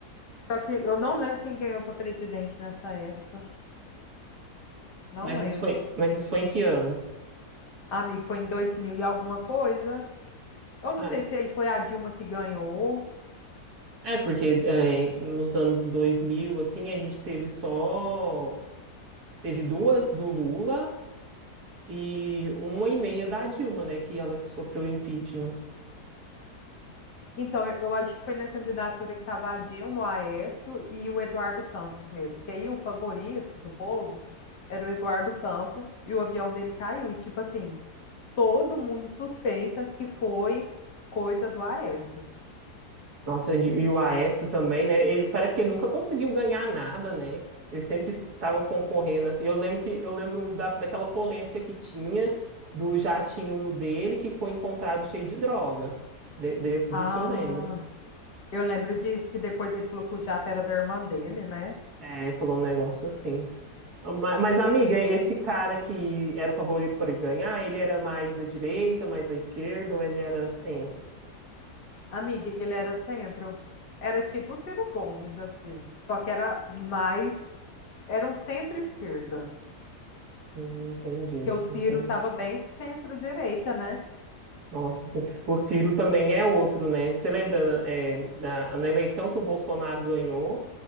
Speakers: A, on the left (about 85°); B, on the right (about 70°).
A: Só que eu não lembro quem ganhou para presidente nessa época. Não
B: Mas
A: lembro.
B: isso foi, mas isso foi em que ano?
A: Amigo, foi em 2000 e alguma coisa. Eu não
B: Ah,
A: sei se aí foi a Dilma que ganhou.
B: é, porque é, nos anos 2000 assim, a gente teve só... Teve duas do Lula e uma e meia da Dilma, né? Que ela sofreu impeachment.
A: Então, eu eu acho que foi na candidatura que estava a Dilma, o Aécio e o Eduardo Campos mesmo. Que aí o favorito do povo era o Eduardo Campos e o avião dele caiu. E tipo assim, todo mundo suspeita que foi coisa do Aécio.
B: Nossa, e e o Aécio também, né? Ele parece que ele nunca conseguiu ganhar nada, né? Ele sempre estava concorrendo assim. Eu lembro que eu lembro da, daquela polêmica que tinha do jatinho dele que foi encontrado cheio de droga. De- desse- disso
A: Ah,
B: eu lembro.
A: Eu lembro disso, que depois ele falou que o jato era da irmã dele, né?
B: É, falou um negócio assim. Ma- Mas, amiga, esse cara que era o favorito para ganhar, ele era mais da direita, mais da esquerda, ou ele era centro?
A: Amiga, ele era centro. Era tipo o Ciro Gomes, assim. Só que era mais. Era um centro-esquerda.
B: Hum, entendi,
A: Que o
B: entendi.
A: Ciro tava bem centro-direita, né?
B: Nossa, sim. O Ciro também é outro, né? Você lembra, é, na, na eleição que o Bolsonaro ganhou,